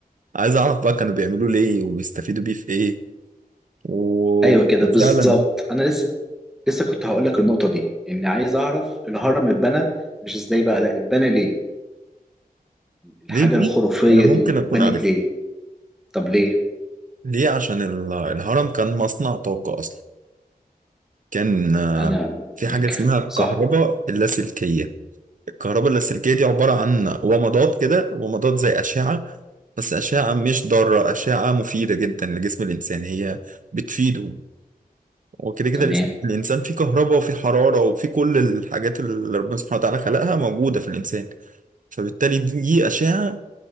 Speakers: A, on the right; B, in the centre.
A: عايز اعرف بقى كانوا بيعملوا ليه وبيستفيدوا بيه في ايه وفعلا
B: أيوه كده بالظبط أنا لسه لسه كنت هقول لك النقطة دي إني عايز أعرف الهرم اتبنى مش إزاي بقى لا اتبنى ليه؟ الحاجة
A: ليه دي؟
B: الخرافية
A: أنا ممكن
B: دي
A: أكون
B: اتبنت
A: عارف
B: ليه؟ طب ليه؟
A: ليه عشان ال- الهرم كان مصنع طاقة أصلا كان آه،
B: أنا
A: في
B: هناك
A: حاجة اسمها الكهرباء
B: صح
A: اللاسلكية الكهرباء اللاسلكية دي عبارة عن ومضات كده ومضات زي أشعة بس أشعة مش ضارة أشعة مفيدة جدا لجسم الإنسان هي بتفيده وكده كده
B: تمام
A: الإنس- الإنسان فيه كهرباء وفيه حرارة وفيه كل الحاجات اللي ربنا سبحانه وتعالى خلقها موجودة في الإنسان فبالتالي دي أشعة